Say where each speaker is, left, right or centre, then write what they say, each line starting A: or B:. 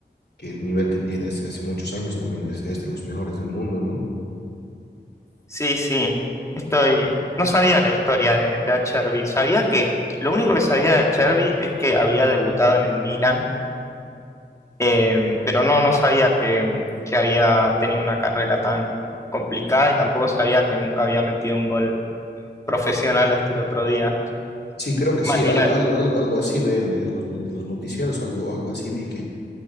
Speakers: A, on the left; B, on the left.
A: que el nivel que tiene hace, hace muchos años también es, es, de los mejores del mundo, ¿no?
B: Sí, sí, estoy. No sabía la historia de, de Acerbi. Sabía que lo único que sabía de Acerbi es que había debutado en el Milan Em, pero no, no sabía que, que había tenido una carrera tan complicada y tampoco sabía que nunca había metido un gol profesional hasta el otro día.
A: Sí, creo que
B: Qué
A: sí,
B: manera
A: al,
B: de-
A: al, algo, algo así ve en, en, los, en los noticieros, algo, algo así vi que